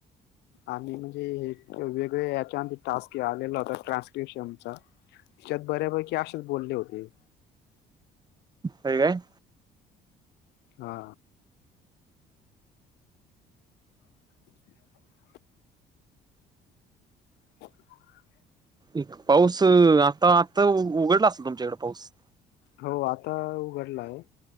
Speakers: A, on the left (about 85°); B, on the right (about 25°).
A: आणि म्हणजे हे वेगळे याच्यांधी टास्के आलेला होता ट्रान्स्क्रिपशनचा. च्यात बऱ्यापैकी आशेच बोलले होते.
B: होय काय?
A: हा. <inaudible> <inaudible>
B: एक पाऊस अ आत्ता आत्ता ऊ ऊघडला असलं तुमच्याकडं पाऊस?
A: हो आता उघडलाय आहे,